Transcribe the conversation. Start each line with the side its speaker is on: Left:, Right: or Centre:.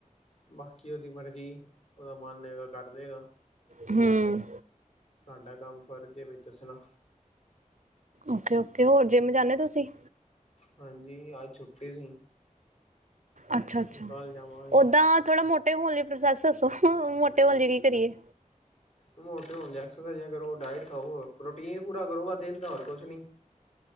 Left: ਬਾਕੀ ਉਹਦੀ ਮਰਜ਼ੀ ਉਹਦਾ ਮਨ ਹੋਏਗਾ ਕਰ ਲੇਗਾ
Right: ਹੂ,,,
Left: ਸਾਡਾ ਕੰਮ ਫਰਜ਼ ਏ ਦੱਸਣਾ
Right: ਓਕੇ, ਓਕੇ ਹੋਰ ਜੇਮ ਜਾਂਨੇ ਤੁਸੀ
Left: ਹਾਂਜੀ, ਆੱਜ ਛੁੱਟੀ ਸੀ।
Right: ਅੱਛਾ, ਅੱਛਾ
Left: ਹੁਣ ਕੱਲ ਜਾਵਾਂਗੇ
Right: ਉਦਾਂ ਥੋੜਾ ਮੋਟੇ ਹੋਨ ਲਈ ਪ੍ਰੋਸੈਸ ਦੱਸੋ, ਮੋਟੇ ਹੋਨ ਲਈ ਕੀ ਕਰੀਏ।
Left: ਮੋਟੇ ਹੋਨ ਐਕਸਾ ਸਾਈਜਾ, ਕਰੋਂ ਡਾਇਟ ਖਾਓ, ਪ੍ਰੋਟੀਨ ਪੂਰਾ ਕਰੋ, ਵਾ ਦੇਨ ਦਾ ਹੋਰ ਕੁਛ ਨੀ